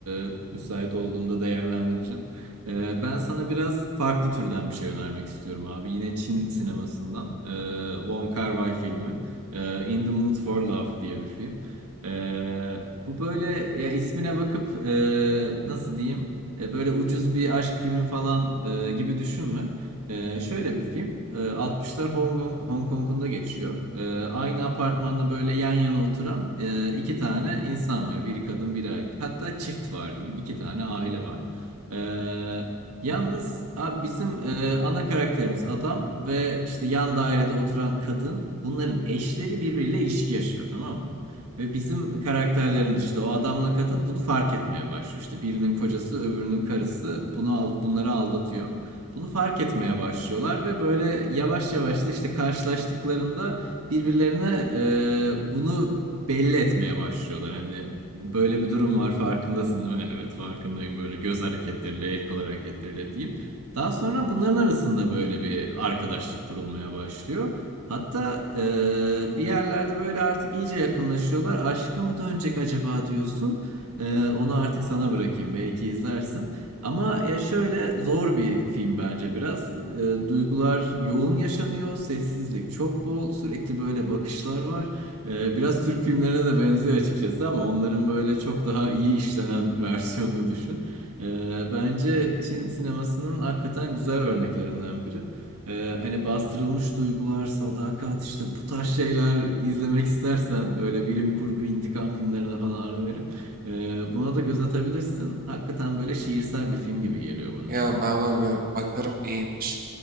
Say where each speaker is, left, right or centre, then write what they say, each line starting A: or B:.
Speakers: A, on the right; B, on the right.
A: e, müsait olduğumda değerlendireceğim. E, ben sana biraz farklı türden bir şey önermek istiyorum abi. Yine Çin sinemasından. E, Wong Kar-wai filmi. E, In the Mood for Love diye bir film. E, bu böyle ya ismine bakıp e, nasıl diyeyim? E, böyle ucuz bir aşk filmi falan e, gibi düşünme. Ee, şöyle bir film. Ee, 60'lar Hong Kong, Hong Kong'unda geçiyor. Ee, aynı apartmanda böyle yan yana oturan e, iki tane insan var. Biri kadın, biri erkek. Hatta çift var diyeyim. İki tane aile var. Ee, yalnız abi bizim e, ana karakterimiz adam ve işte yan dairede oturan kadın. Bunların eşleri birbiriyle ilişki yaşıyor, tamam mı? Ve bizim karakterlerimiz işte o adamla kadın bunu fark etmeye başlıyor. İşte birinin kocası, öbürünün karısı bunu al- bunları aldatıyor. Bunu fark etmeye başlıyorlar ve böyle yavaş yavaş da işte karşılaştıklarında birbirlerine e, bunu belli etmeye başlıyorlar. Hani böyle bir durum var farkındasın değil mi? Evet farkındayım böyle göz hareketleriyle, el kol hareketleriyle diyeyim. Daha sonra bunların arasında böyle bir arkadaşlık kurulmaya başlıyor. Hatta e, bir yerlerde böyle artık iyice yakınlaşıyorlar. Aşka mı dönecek acaba diyorsun. E, onu artık sana bırakayım belki izlersin. Ama ya şöyle zor bir film bence biraz. E, duygular yoğun yaşanıyor, sessizlik çok bol, sürekli böyle bakışlar var. E, biraz Türk filmlerine de benziyor açıkçası ama onların böyle çok daha iyi işlenen <laughs> versiyonunu düşün. E, bence Çin sinemasının hakikaten güzel örneklerinden biri. E, hani bastırılmış duygular, sadakat işte bu tarz şeyler izlemek istersen böyle bilim kurgu, intikam filmlerine falan ara verip ee, buna da göz atabilirsin. Hakikaten böyle şiirsel bir film gibi geliyor bana
B: Yani
A: çünkü.
B: ben ona bir bakarım iyiymiş.